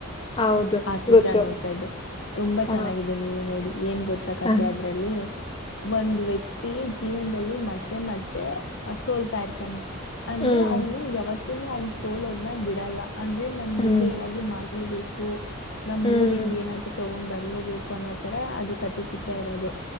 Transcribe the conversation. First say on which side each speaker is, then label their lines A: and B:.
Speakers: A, on the left (about 25°); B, on the left (about 60°).
A: ಹೌದು
B: ಆ ಚಿತ್ರ
A: ಗೊತ್ತು
B: ನೋಡ್ತಾ ಇದ್ದೆ ತುಂಬಾ
A: ಹ
B: ಚೆನ್ನಾಗಿದೆ ನೀವು ನೋಡಿ ಏನ್ ಗೊತ್ತಾ ಕತೆೆ
A: ಹ
B: ಅದ್ರಲ್ಲಿ ಒಂದು ವ್ಯಕ್ತಿ ಜೀವನ್ ಮತ್ತೆ ಮತ್ತೆ ಮತ್ತೆ ಸೋಲ್ತಾ ಇರ್ತಾನೆ ಅಂದ್ರೆ
A: ಹ್ಮ್
B: ಅವನು ಯಾವತ್ತು <inaudible> ಯಾವತ್ತೂ ಅವನ್ ಸೋಲೋದನಾ ಬಿಡಲ್ಲ ಅಂದ್ರೆ ನನ್
A: ಹ್ಮ್
B: ಮುಂದೆ ಏನಾದ್ರು ಮಾಡ ಮಾಡ್ಲೇಬೇಕು ನಮ್ಮ್
A: ಹ್ಮ್
B: ಊರಿಗೆ ಏನಾದ್ರೂ ತೊಗೊಂಡ್ ಬರ ಇಲ್ಲೇ ಬೇಕು ಅನ್ನೋ ತರ ಅದು ಕಥೆ ಚಿತ್ರ ಇರೋದು